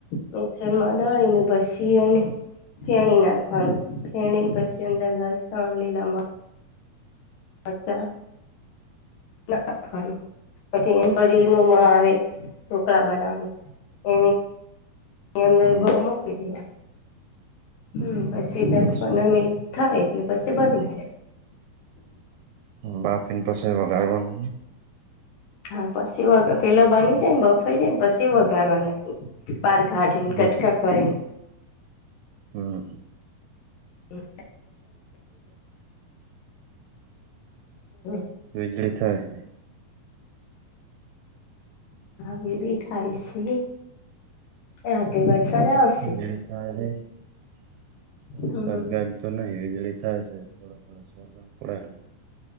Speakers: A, on the left; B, on the right.
A: મિકચર માં દળી ને પછી અને ફેણી નાખવાનું, ફેણી પછી અંદર લસણ, લીલા અચ્છા ના <unintelligible> પછી એ પરીર નું આવે ઢોકળા બનાવવાનું એ એની અંદર બર
B: હમ
A: મૂકી દેવાનુ હમ પછી દસ
B: પછી
A: પંદર મિનિટ થાય એટલે પછી બની જાય
B: બાફી ને પસે વગાર નો
A: હા પછી વ પેલા બની જાય ને બફાઈ જાય ને પછી વગારવાનાને પાર હાડન
B: હમ
A: કટકા કરી
B: હમ
A: હમ. <unintelligible>
B: વીજળી થાય.
A: હવે થાય છે. રાત્રે વરસાદ આવશે.
B: વીજળી <unintelligible> વરસાદ
A: હમ
B: ગાજ તો નહીં વીજળી થાય છે.